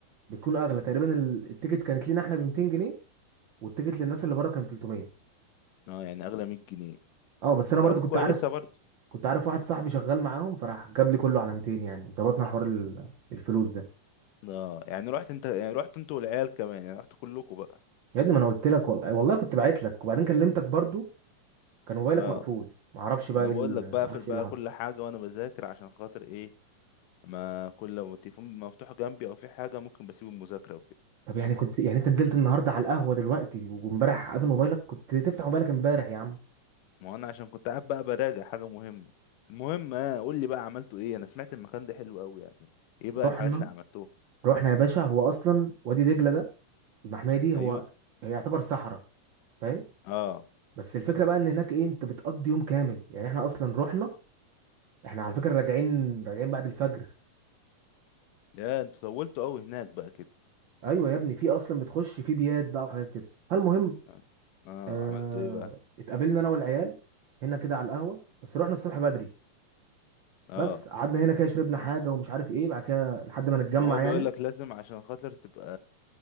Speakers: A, on the right; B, on the left.
A: بتكون اغلى تقريبا ال- التيكت كانت لينا احنا ب 200 جنيه والتيكت للناس اللي بره كان 300
B: اه يعني اغلى 100 جنيه
A: اه بس انا
B: طب
A: برضو كنت
B: كويسه
A: عارف
B: برضه
A: كنت عارف واحد صاحبي شغال معاهم فراح جاب لي كله على 200 يعني ظبطنا حوار ال- الفلوس ده
B: اه يعني رحت انت يعني رحت انت والعيال كمان يعني رحت كلكم بقى
A: يا ابني ما انا قلت لك والله والله كنت بعت لك وبعدين كلمتك برضو كان موبايلك
B: اه
A: مقفول معرفش بقى
B: ما انا
A: ايه
B: بقول
A: ال-
B: لك بقفل
A: معرفش
B: بقى
A: ايه اللي حصل
B: كل حاجه وانا بذاكر عشان خاطر ايه ما كل لو التليفون مفتوح جنبي او في حاجه ممكن بسيب المذاكره وكده
A: طب يعني كنت يعني انت نزلت النهارده على القهوه دلوقتي وامبارح قافل موبايلك كنت تفتح موبايلك امبارح يا عم
B: ما انا عشان كنت قاعد بقى براجع حاجه مهمه المهم اه قول لي بقى عملتوا ايه انا سمعت المكان ده حلو قوي يعني ايه بقى
A: رحنا
B: الحاجات اللي عملتوها
A: رحنا يا باشا هو اصلا وادي دجله ده المحميه دي هو
B: ايوه
A: هي يعتبر صحراء فاهم
B: اه
A: بس الفكره بقى ان هناك ايه انت بتقضي يوم كامل يعني احنا اصلا رحنا احنا على فكره راجعين راجعين بعد الفجر
B: يا انتوا طولتوا قوي هناك بقى كده
A: ايوه يا ابني في اصلا بتخش في بيات بقى وحاجات كده المهم
B: اه آه،
A: آه...
B: عملتوا ايه بقى
A: اتقابلنا انا والعيال هنا كده على القهوه بس رحنا الصبح بدري
B: اه
A: بس قعدنا هنا كده شربنا حاجه ومش عارف ايه بعد كده لحد ما نتجمع
B: ما هو بيقول
A: يعني
B: لك لازم عشان خاطر تبقى